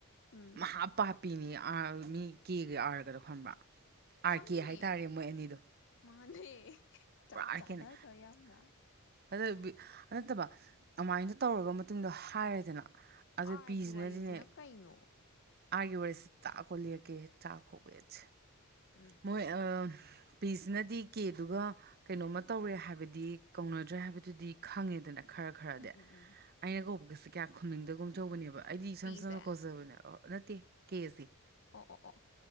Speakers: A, on the left (about 55°); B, on the right (about 45°).
A: ꯎꯝ
B: ꯃꯥꯍꯥ ꯄꯥꯄꯤꯅꯤ ꯑ ꯅꯤ <unintelligible> ꯀꯦꯒ ꯑꯥꯔꯒꯗꯣ ꯈꯝꯕ꯭ꯔ꯫ ꯑꯥꯔ
A: ꯈꯪꯉꯦ
B: ꯀꯦ ꯍꯥꯏꯇꯥꯔꯦ ꯃꯣꯏ ꯑꯅꯤꯗꯣ꯫
A: ꯃꯥꯅꯦ꯫ ꯆꯞ
B: ꯄꯨꯔꯥ ꯑꯥꯔꯀꯦꯅꯦ
A: ꯆꯥꯅꯗ꯭ꯔꯣ ꯌꯥꯝꯅ
B: ꯑꯗꯨ ꯕꯤ-ꯑꯗꯨ ꯅꯠꯇꯕ꯫ ꯑꯗꯨꯃꯥꯏꯅ ꯇꯧꯔꯒ ꯃꯇꯨꯡꯗ ꯍꯥꯏꯔꯦꯗꯅ꯫ ꯑꯗꯨ
A: ꯑꯥꯔꯒꯤ
B: ꯄꯤꯁꯤꯅꯗꯤꯅꯦ
A: ꯋꯥꯔꯤꯖꯤꯅ ꯀꯩꯅꯣ꯫
B: ꯑꯥꯔꯒꯤ ꯋꯥꯔꯤꯁꯦ ꯇꯥꯛꯈꯣ ꯂꯦꯛꯀꯦ ꯇꯥꯛꯈꯣ ꯋꯦꯠ꯫
A: ꯎꯝ
B: ꯃꯣꯏ ꯑ ꯄꯤꯁꯤꯅꯗꯤ ꯀꯦꯗꯨꯒ꯫ ꯀꯩꯅꯣꯝꯃ ꯇꯧꯔꯦ ꯍꯥꯏꯕꯗꯤ ꯀꯧꯅꯗ꯭ꯔꯦ ꯍꯥꯏꯕꯗꯨꯗꯤ ꯈꯪꯉꯦꯗꯅ꯫ ꯈꯔ ꯈꯔꯗꯤ
A: ꯎꯝ ꯎꯝ ꯎꯝ
B: ꯑꯩꯅ
A: ꯎꯝ
B: ꯀꯧꯕꯒꯁꯦ ꯀꯌꯥ ꯈꯨꯝꯅꯤꯡꯗꯒꯨꯝꯇꯧꯕꯅꯦꯕ꯫ ꯑꯩꯗꯤ ꯏꯁꯝ
A: ꯄꯤꯁꯦ
B: ꯆꯝꯅ ꯈꯣꯖꯕꯅꯦ ꯑꯣ ꯅꯠꯇꯦ ꯀꯦ ꯁꯦ꯫
A: ꯑꯣ-ꯑꯣ-ꯑꯣ꯫